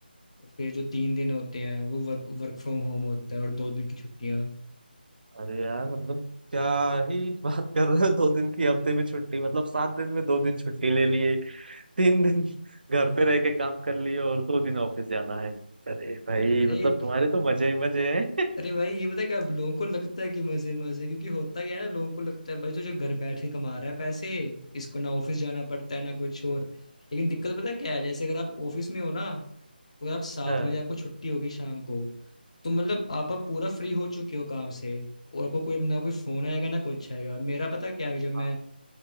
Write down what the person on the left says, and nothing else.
और फिर जो तीन दिन होते हैं वो वर्क वर्क फ्रॉम होम होता है और दो दिन की छुट्टियां
अरे
अरे भाई ये पता है क्या लोगों को लगता है कि मजे मजे क्योंकि होता क्या है ना लोगों को लगता है भाई तो जो घर बैठ के कमा रहा है पैसे इसको ना ऑफिस जाना पड़ता है ना कुछ और लेकिन दिक्कत पता है क्या है जैसे अगर आप ऑफिस में हो ना तो अगर आप सात
बजे आपको छुट्टी होगी शाम को तो मतलब आप अब पूरा फ्री हो चुके हो काम से और आपको कोई ना कोई फोन आएगा ना कुछ आएगा मेरा पता क्या है जब मैं